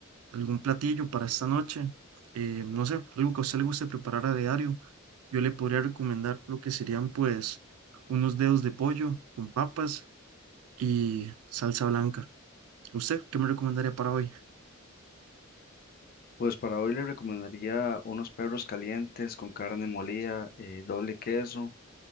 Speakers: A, on the right; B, on the left.
A: algún platillo para esta noche. Eh, no sé, algo que a usted le guste preparar a diario. Yo le podría recomendar lo que serían pues unos dedos de pollo con papas y salsa blanca. ¿Usted qué me recomendaría para hoy?
B: Pues para hoy le recomendaría unos perros calientes con carne molida, eh, doble queso